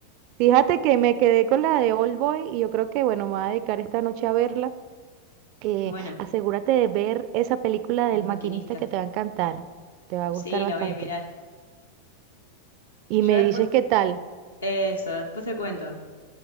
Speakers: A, on the right (about 40°); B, on the left (about 75°).
A: fíjate que me quedé con la de Old Boy y yo creo que, bueno, me voy a dedicar esta noche a verla. Eh,
B: Bueno,
A: asegúrate de ver esa película
B: el
A: del
B: maquinista.
A: maquinista que te va a encantar, te va a gustar
B: Sí,
A: bastante.
B: la voy a mirar.
A: Y
B: Yo
A: me
B: después...
A: dices qué tal.
B: Eso, después te cuento